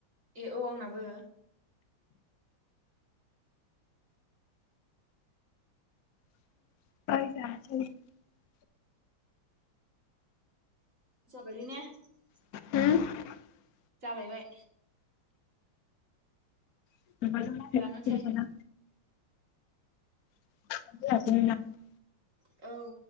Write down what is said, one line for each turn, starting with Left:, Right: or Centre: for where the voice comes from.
Right: ए औ आंना बो।
Left: <inaudible>
Right: <unintelligible>
Left: <inaudible>
Right: जालायबाय
Left: माबाजों रायलायबाय
Right: दानो से
Left: थानांगौ <unintelligible>
Right: औ